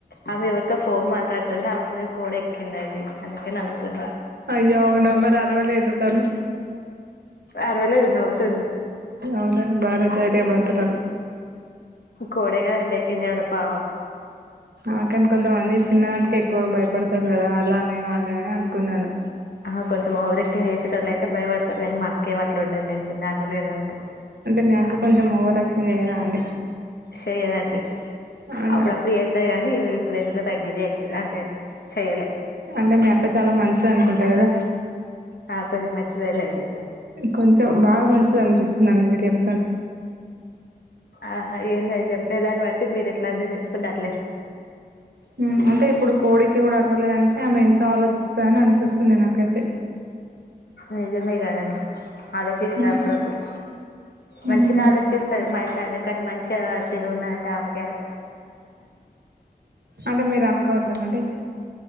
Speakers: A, on the left; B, on the right.
A: ఆమె ఎవర్ తో ఫోన్ మాట్లాడుతుంటే ఆమె మీద్ కోడి ఎక్కిందండి అందుకే నవ్వుతున్నా
B: అయ్యో అవునా మరి అరవ లేద తను
A: అరవలేదు నవ్వుతుంది
B: అవునా బ నే ధైర్యవంతురాలు
A: కోడేగాద అండి ఎక్కింది ఎమన్న పామ
B: ఆకాని కొంతమంది చిన్నదానికి ఎక్కువగా భయపడతారు కదా అలానే అనే నేమ్ అనుకున్నాను
A: ఆ, హ కొంచెం ఓవరక్టింగ్ చేసెటొలైతే తరు గని మాక్కెం అట్లా ఉండలేదండి నార్మల్ గద అంతె
B: అంటే మీ అక్క కొంచెం ఓవర్యాక్షన్ చేయదా అండి
A: షెయ్యదండి
B: అవునా
A: అప్పుడప్పుడు చేత్తద్ కాని ఇప్పుడు ఎందుకు తగ్గి చేేసి అంటే చెయ్యలే
B: అంటే మీ అక్క చాలా మంచిది అనుకుంటా కదా
A: ఆ కొంచెం మెచ్యూర్ లెండి
B: కొంచెం బాగా మంచిది అనిపిస్తుందాండి మీరు చేప్.
A: ఆహా ఏందాది చెప్పేది దాన్ని బట్టి మీరు ఎట్లా అర్థం చేసుకుంటే అట్.
B: ఉమ్ అంటే ఇప్పుడు కోడికి కూడా అర్వాలెదంటే ఆమె ఎంత్. ఆలోచిస్తాననిపిస్తుంది నాకైతే
A: నిజమే గదన్ ఆలోచిస్తాప్పుడప్పుడు
B: ఉమ్
A: మంచిగానే
B: ఉమ్
A: ఆలోచిస్తాది మా ఇంట్ల అందరికన్నా మం చా ఆహ్ తిర్గునాంక ఆమెకే అది.
B: అంటే మీరు అనుకోవట్లేదాండి.